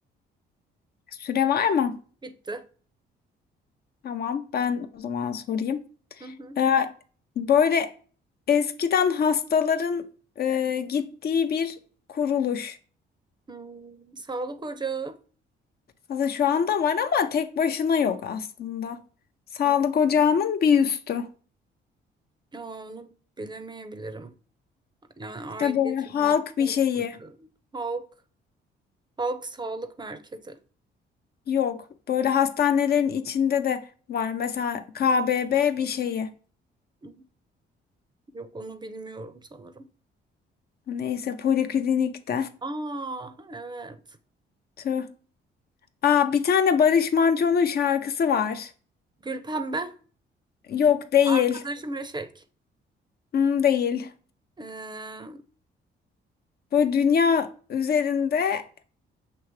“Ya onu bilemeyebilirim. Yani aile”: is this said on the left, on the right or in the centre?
Right